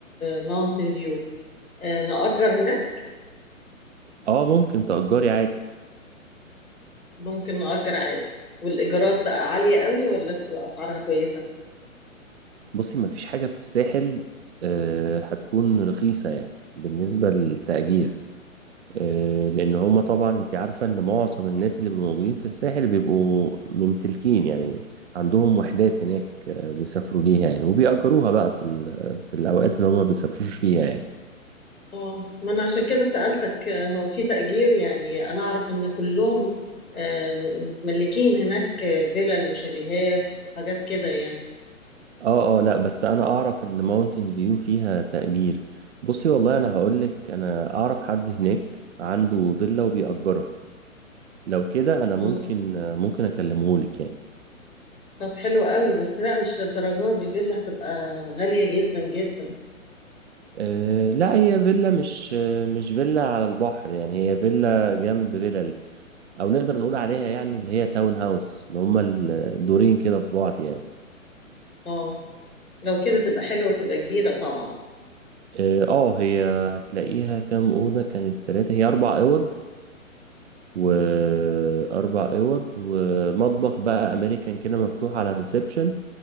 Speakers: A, on the left; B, on the right.
A: ماونتن فيو نأجر هناك
B: اه ممكن تأجري عادي
A: ممكن نأجر عادي والإيجارات بقى عالية قوي ولا أسعارها كويسة؟
B: بصي مفيش حاجة في الساحل آه، هتكون رخيصة يعني بالنسبة للتأجير آه، لان هما طبعا انت عارفه ان معظم الناس اللي بيبقوا موجودين في الساحل بيبقوا ممتلكين يعني عندهم وحدات هناك آه، بيسافروا ليها يعني وبيأجروها بقى في ال- في الاوقات اللي هما بيسافروش فيها يعني
A: اه ما انا عشان كده سألتك آه، هو في تأجير يعني انا اعرف ان كلهم آه، م- متملكين هناك آه، فيلل وشاليهات وحاجات كده يعني
B: اه اه لا بس انا اعرف ان ماونتن فيو فيها تأجير بصي والله انا هقولك انا اعرف حد هناك عنده فيلا وبيأجرها لو كده انا
A: مم.
B: ممكن آه، ممكن اكلمهولك يعني
A: طب حلو قوي بس لا مش للدرجات دي فيلا هتبقى غالية جدا جدا
B: أه لا هي فيلا مش آه، مش فيلا على البحر يعني هي فيلا جنب فيلا او نقدر نقول عليها يعني اللي هي تاون هاوس اللي هما الدورين كده في بعض يعني
A: اه لو كده تبقى حلوة وتبقى كبيرة طبعا
B: اه آه، هي هتلاقيها كام اوضه كانت ثلاثه هي اربع اوض واربع
A: مم.
B: اوض ومطبخ بقى امريكان كده مفتوح على الريسبشن